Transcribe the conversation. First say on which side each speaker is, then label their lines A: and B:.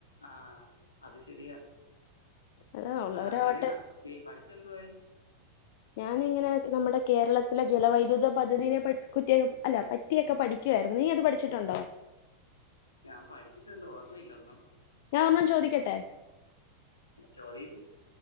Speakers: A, on the left; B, on the left.
A: ആ അത് ശെരിയാ
B: അതാ ഉള്ളവരാവട്ടെ
A: ആഹ് പിന്നെ ഈ പഠിച്ചെന്തുവായി.
B: ഞാനിങ്ങനെ നമ്മുടെ കേരളത്തിലെ ജലവൈദ്യുത പദ്ധതിനെ കുറ്റിയ അല്ല പറ്റി പറ്റിയൊക്കെ പഠിക്കായിരുന്നു. നീ അത് പഠിച്ചിട്ടുണ്ടോ
A: ഞാൻ പഠിച്ചിട്ടുണ്ട് ഓർമ്മയില്ല ഒന്നും
B: ഞാൻ ഒരണ്ണം ചോദിക്കട്ടെ.
A: ചോദീര്